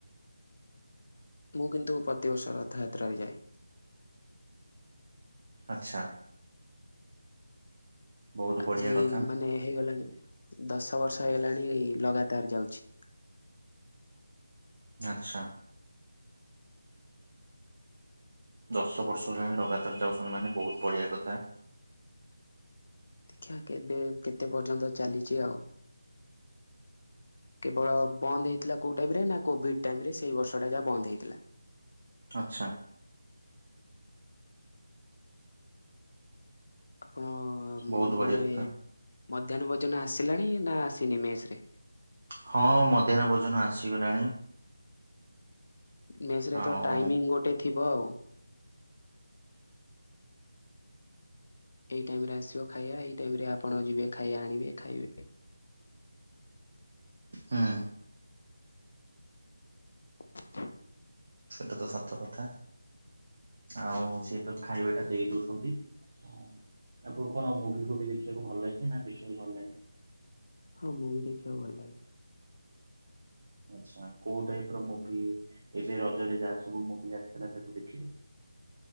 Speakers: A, on the left; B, on the right.
A: ମୁଁ କିନ୍ତୁ ପ୍ରତିବର୍ଷ ରଥଯାତ୍ରାରେ ଯାଏ।
B: ଆଚ୍ଛା। ବହୁତ
A: ଆଜି
B: ବଢ଼ିଆ କଥା
A: ମାନେ ହେଇଗଲାଣି ଦଶ ବର୍ଷ ହେଇଗଲାଣି ଲଗାତାର ଯାଉଛି।
B: ଆଚ୍ଛା। ଦଶ ବର୍ଷ ହେଲାଣି ଲଗାତାର ଯାଉଛନ୍ତି ମାନେ ବହୁତ୍ ବଢିଆ କଥା।
A: ଦେଖିଆ କେବେ କେତେ ପର୍ଯ୍ୟନ୍ତ ଚାଲିଚି ଆଉ। କେବଳ ବନ୍ଦୁ ହେଇଥିଲା କୋଉ ଟାଇମରେ ନା କୋଭିଡ୍ ଟାଇମ୍ ରେ ସେଇ ବର୍ଷଟା ଯାହା ବନ୍ଦ ହେଇଥିଲା।
B: ଆଚ୍ଛା।
A: ଆପଣ-ଅ
B: ବହୁତ ବଢ଼ିଆ
A: ମାନେ
B: କଥା।
A: ମଧ୍ୟାହ୍ନ ଭୋଜନ ଆସିଲାଣି ନା ଆସିନି ମେସ୍ ରେ?
B: ହଁ, ମଧ୍ୟାହ୍ନ ଭୋଜନ ଆସିଗଲାଣି।
A: ମେସ୍ ରେ
B: ଆଉ
A: ତ ଟାଇମିଂ ଗୋଟେ ଥିବ ଆଉ। ଏଇ ଟାଇମ୍ ରେ ଆସିବ ଖାଇଆ। ଏଇ ଟାଇମ୍ ରେ ଆପଣ ଯିବେ ଖାଇଆ ଆଣିବେ, ଖାଇବେ।
B: ହୁଁ।
A: <unintelligible>
B: ଏଟା ତ ସତ କଥା। ଆଉଁ ସିଏ ତ ଖାଇବାଟା ଦେଇ ଦଉଛନ୍ତି। ହଁ, ଆପଣ କଣ ଆଉ ମୁଭି ଫୁଭି ଦେଖିଆକୁ ଭଲ ଲାଗେ ନା, ଦେଖିବା ଭଲ ଲାଗେ?
A: ହଁ, ମୁଭି ଦେଖିଆକୁ ଭଲ ଲାଗେ।
B: ଆଛା, କୋଉ ଟାଇପ୍ ର ମୁଭି ଏବେ ରଜରେ ଯାହା ସବୁ ମୁଭି ଆସିଥିଲା ତାକୁ ଦେଖିଲୁ?